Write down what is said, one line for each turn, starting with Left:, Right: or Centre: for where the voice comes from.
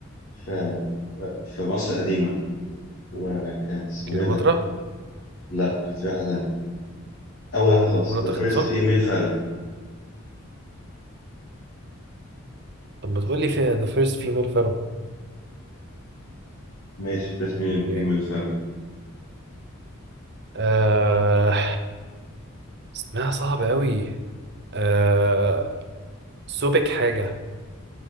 Left: في في مصر القديمة وكانت اسمه
Right: كليوباترا
Left: ايه ده؟ لا كانت في واحدة تانية أول واحدة خالص
Right: مناطق
Left: the first
Right: خنسون
Left: female pharaoh
Right: طب ما تقول لي فيها the first female pharaoh
Left: ماشي first
Right: يعني
Left: female pharaoh
Right: آه... اسمها صعب قوي آه... سوبك حاجة